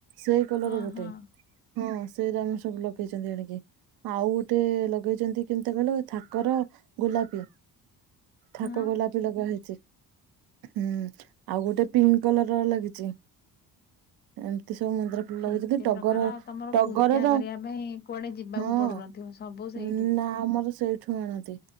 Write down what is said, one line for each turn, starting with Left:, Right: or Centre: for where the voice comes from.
Right: ସେଇ କଲର
Left: ହଁ
Right: ଗୋଟେ
Left: ହଁ
Right: ହଁ ସେଇରା ଆମର ସବୁ ଲଗେଇଚନ୍ତି ଆଣିକି ଆଉ ଗୋଟେ ଲଗେଇଛନ୍ତି କେମିତିଆ କହିଲ ଥାକର ଗୋଲାପି
Left: ହଁ।
Right: ଥାକ ଗୋଲାପି ଲଗା ହେଇଛି। ହୁଁ ଆଉ ଗୋଟେ ପିଙ୍କ୍ କଲର ର ଲାଗିଚି। ଏମିତି ସବୁ ମନ୍ଦାର ଫୁଲ ଲଗେଇଛନ୍ତି
Left: ଆଉ ଏତେ
Right: ଟଗର
Left: ପ୍ରକାର ଆଉ ତମର
Right: ଟଗରର
Left: ପୂଜା କରିବା ପାଇଁ କୁଆଡେ ଯିବାକୁ
Right: ହଁ।
Left: ପଡୁନଥିବ ସବୁ ସେଇଠୁ।
Right: ଉଁ ନା ଆମର ସେଇ ଠୁ ଆଣନ୍ତି